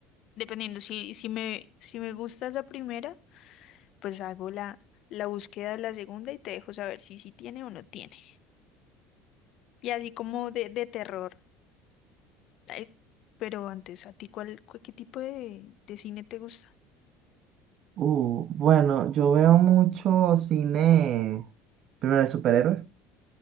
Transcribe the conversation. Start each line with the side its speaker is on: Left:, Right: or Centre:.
Left: dependiendo, si, si me, si me gusta la primera, pues hago la, la búsqueda de la segunda y te dejo saber si sí tiene o no tiene. Y así como de, de terror. Ay, pero antes, ¿a ti cuál, cuál- qué tipo de, de cine te gusta?
Right: Uh, bueno, yo veo mucho cine, primero de superhéroes,